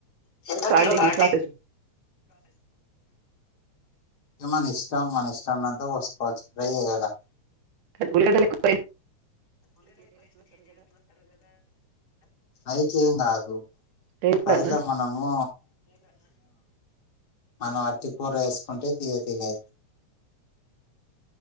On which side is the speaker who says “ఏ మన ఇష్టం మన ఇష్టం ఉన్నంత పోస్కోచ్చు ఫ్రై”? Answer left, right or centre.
Left